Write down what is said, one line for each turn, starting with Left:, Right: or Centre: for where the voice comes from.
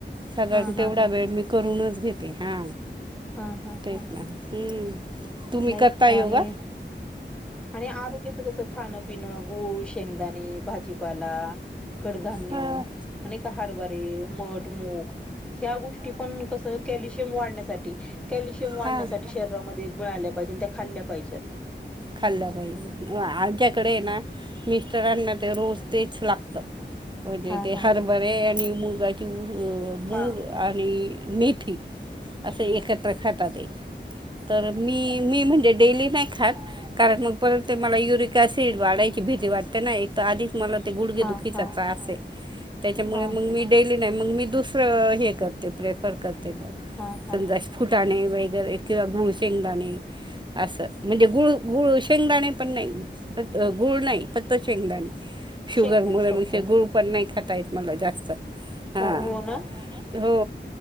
Right: सगळाच
Centre: हा हा
Right: तेवढा
Centre: हा
Right: वेळ मी करूनच घेते हा
Centre: हा हा
Right: तेच
Centre: हा
Right: ना हम्म. तुम्ही
Centre: नाही
Right: करता
Centre: वाणी
Right: योगा?
Centre: आणि आरोग्याचं कसं खाणं पिणं गुळ शेंगदाणे भाजीपाला कडधान्य
Right: हा
Centre: अनेक हरबारे मठ मूग ह्या गोष्टी पण कसं कॅल्शियम वाढण्यास त्यासाठी कॅल्शियम वाढण्यासाठी
Right: हा.
Centre: शरीरामध्ये वाढल्या पाहिजे त्या खाल्यापाहिजे
Right: खाल्ल्या पाहिजे आमच्याकडे ना मिस्टरांना ते रोज तेच लागतं. म्हणजे
Centre: हा
Right: ते
Centre: हा
Right: हरभरे आणि मुगाचे मुग
Centre: हा
Right: आणि मेथी असे एकत्र खातात. तर मी मी म्हणजे डेली नाही खात कारण मग परत ते मला युरिक सिड वाढायची भीती वाटे एकतर अधिक गुडघेदुखीचा
Centre: हा हा
Right: त्रास ये त्याचा मुळे
Centre: हा
Right: मी डेली नाही मग मी दुसर हे करते प्रेफर मग
Centre: हा हा
Right: समजा फुटाणे वय ग एकदा गुळ शेंगदाणे असं म्हणजे गुळ गुळ शेंगदाणे पण नाही फ गुळ नाही फक्त शेंगदाणे शुगर
Centre: शेंगदाणे
Right: मुळे
Centre: फक्त
Right: गुळ पण नाही खाता येत मला जास्त. हां
Centre: हो हो ना.
Right: हो.